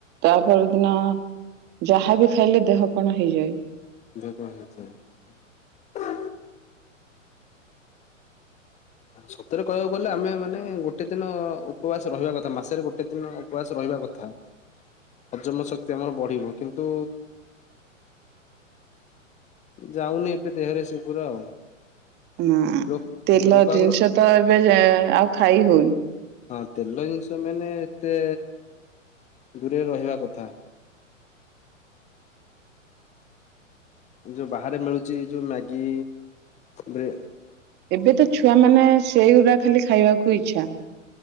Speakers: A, on the right; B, on the left.
A: ତାପରଦିନ ଯାହାବ ଖାଇଲେ ଦେହ କଣ ହେଇଯାଏ।
B: ଦେହ କଣ ହେଇଯିବ। ସତରେ କହିବାକୁ ଗଲେ ଆମେ ମାନେ ଗୋଟେ ଦିନ ଉପବାସ ରହିବା କଥା ମାସରେ ଗୋଟେ ଦିନ ଉପବାସ ରହିବା କଥା ହଜମ ଶକ୍ତି ଆମର ବଢିବ କିନ୍ତୁ ଯାଉନି ଏବେ ଦେହରେ ସେ ପୁରା ଆଉ।
A: ହଁ।
B: ଲୋ
A: ତେଲ
B: ଲୋକ
A: ଜିନିଷ
B: ଆଗରୁ
A: ତ ଏବେ ଆଉ ଖାଇ ହଉନି।
B: ହଁ ତେଲ ଜିନିଷ ତ ମେନ୍ ଏତେ ଦୂରେ ରହିବା କଥା। ଯୋଉ ବାହାରେ ମିଳୁଛି ଯୋଉ ମ୍ୟାଗି ବେ
A: ଏବେ ତ ଛୁଆ ମାନେ ସେଇଗୁଡ଼ା ଖାଲି ଖାଇବାକୁ ଇଚ୍ଛା।